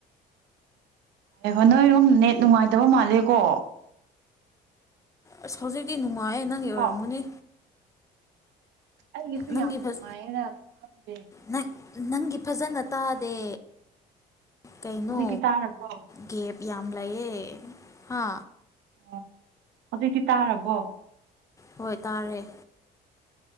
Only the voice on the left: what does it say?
ꯑꯁ ꯍꯧꯖꯤꯛꯇꯤ ꯅꯨꯡꯉꯥꯏꯌꯦ ꯅꯪꯒꯤ ꯑꯣꯏꯔꯝꯒꯅꯤ
ꯅꯪꯒꯤ
ꯐꯖ
ꯅꯪ ꯅꯪꯒꯤ ꯐꯖꯅ ꯇꯥꯗꯦ ꯀꯩꯅꯣ?
ꯒꯦꯞ ꯌꯥꯝ ꯂꯩꯌꯦ ꯍꯥ
ꯍꯣꯏ ꯇꯥꯔꯦ꯫